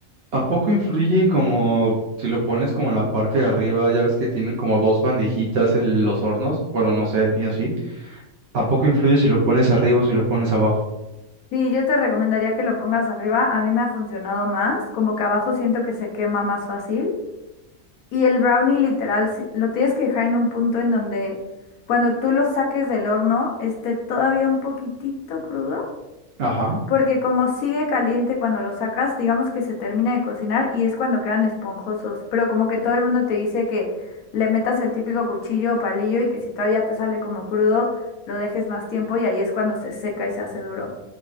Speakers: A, on the right (about 55°); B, on the left (about 80°).
A: ¿A poco influye como si lo pones como en la parte de arriba? Ya ves que tienen como dos bandejitas el- los hornos. Bueno, no sé, el mío sí. ¿A poco influye si lo pones arriba o si lo pones abajo?
B: Sí, yo te recomendaría que lo pongas arriba. A mí me ha funcionado más, como que abajo siento que se quema más fácil. Y el brownie literal si- lo tienes que dejar en un punto en donde cuando tú lo saques del horno esté todavía un poquitito crudo,
A: Ajá.
B: porque como sigue caliente cuando lo sacas, digamos que se termina de cocinar y es cuando quedan esponjosos, pero como que todo el mundo te dice que le metas el típico cuchillo o palillo y que si todavía te sale como crudo, lo dejes más tiempo y ahí es cuando se seca y se hace duro.